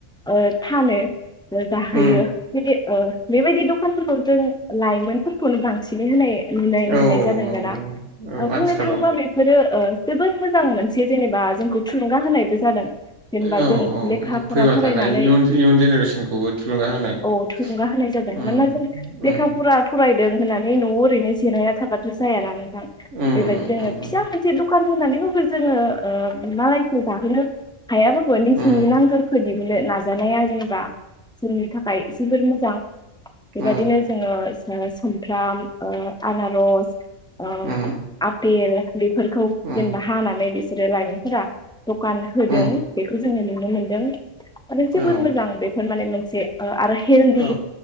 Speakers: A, in the centre; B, on the right.
A: ओ फानो जाहोयो
B: उम
A: बे ओ बेबायदि दखानफोरखौ जों लाइमोनफोरखौनो बांसिनै होनाय नुनाय मोननाय
B: औ
A: जादों
B: औ
A: दाना
B: औ औ
A: बुंनो
B: आथिखालाव
A: थाङोबा बेफोरो ओ जोबोद मोजां मोनसे जेनेबा जोंखौ थुलुंगा होनायबो जादों जेनेबा
B: औ
A: जों
B: औ
A: लेखा
B: औ
A: फरा
B: फैबाय
A: फरायनानै
B: थानाय इयुन इयुन जेनेरेसनखौबो थुलुंगा होनाय
A: औ थुुंगा होनाय
B: उम
A: जादों मानोना जों लेखा
B: उम
A: फरा फरायदों होनानै न'आव ओरैनो जेरहायना थाबाथ' जाया नालानो
B: उम
A: बेबायदि
B: उम
A: जोङो
B: उम
A: फिसा मोनसे द दखान जानिबो जोङो मालायखौ जाहोनो हायाबाबो नोंसिनि
B: उम
A: नांगौखो नो नाजानाया जेनेबा जोंनि थाखाय जोबोर मोजां बेबदिनो
B: उम
A: जोङो सुमफ्राम आनारस आ आ
B: उम
A: आपेल बेफोरखौ
B: उम
A: जेनेबा नानै बिसोरो लाइमोनफोरा दखान होदों
B: उम
A: बेखौ जोङो नुनो मोनदों आरो जोबोर
B: औ
A: मोजां बेफोर माने <inaudible> आरो हेल्दि
B: औ